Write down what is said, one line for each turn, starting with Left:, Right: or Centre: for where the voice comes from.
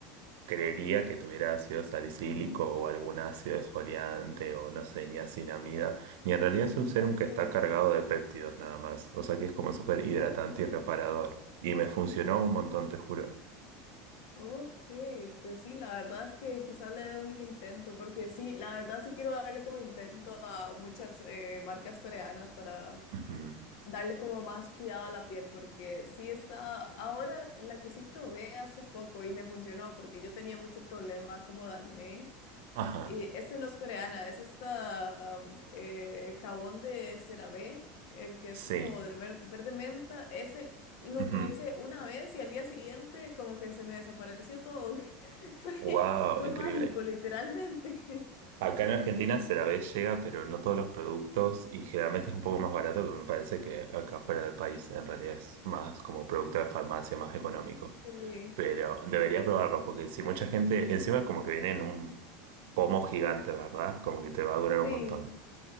Right: creería que tuviera ácido salicílico o algún ácido esfoliante o no sé, niacinamida, y en realidad es un serum que está
Left: sí.
Right: cargado de péptidos nada más, o sea que es como súper hidratante
Left: Oh.
Right: y reparador. Y me funcionó un montón, te juro.
Left: Ok, pues sí, la verdad es que quizás le dé un intento, porque sí, la verdad sí quiero darle como intento a muchas eh, marcas coreanas para
Right: Ujú.
Left: darle como más cuidado a la piel, porque sí está, ahora la que sí probé hace poco y me funcionó, porque yo tenía mucho problema como de acné.
Right: Ajá,
Left: Y ese no es coreana, es esta am, eh, jabón de CeraVe, el que es
Right: sí.
Left: como de ver- verde menta. Ese lo
Right: Ujú.
Left: utilicé una vez y al día siguiente como que se me desapareció todo. <laughs> Fue,
Right: Wow,
Left: fue
Right: increíble.
Left: mágico, literalmente. <laughs>
Right: Acá en Argentina vez llega, pero no todos los productos y generalmente es un poco más barato que me parece que acá fuera del país en realidad es más como producto de farmacia, más económico.
Left: Sí,
Right: Pero debería probarlo porque si mucha gente, encima como que viene en un pomo gigante, ¿verdad? Como que te va a durar
Left: sí,
Right: un montón.